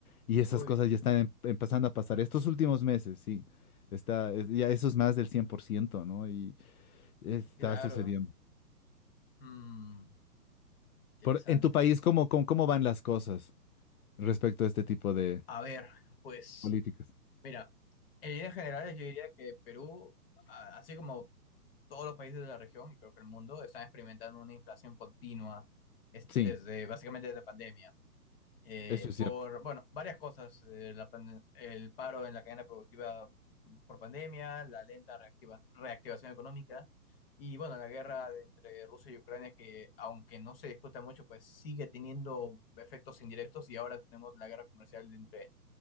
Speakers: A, on the left; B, on the left.
A: Y esas
B: uy.
A: cosas ya están em- empezando a pasar estos últimos meses, sí. Está, es- ya eso es más del cien por ciento ¿no? Y está
B: Claro.
A: sucediendo.
B: Mm, interesante.
A: Por, en tu país, ¿cómo, cómo, cómo van las cosas? respecto a este tipo de
B: A ver, pues,
A: políticas.
B: mira, en líneas generales yo diría que Perú, a- así como todos los países de la región y creo que el mundo, están experimentando una inflación continua es-
A: Sí,
B: desde básicamente desde pandemia. eh,
A: eso es cierto.
B: por, bueno, varias cosas, eh, la pan- el paro en la cadena productiva por pandemia, la lenta reactiva- reactivación económica y, bueno, la guerra de- entre Rusia y Ucrania que, aunque no se discuta mucho, pues sigue teniendo efectos indirectos y ahora tenemos la guerra comercial de entre